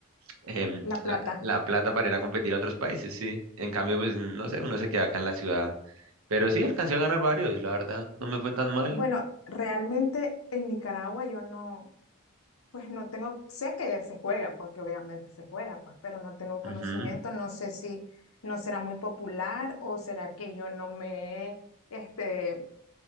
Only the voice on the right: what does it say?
em,
la, la plata para ir a competir a otros países, sí. En cambio, pues no sé, uno se queda acá en la ciudad. Pero sí, alcancé a ganar varios, la verdad, no me fue tan mal.
Ujú.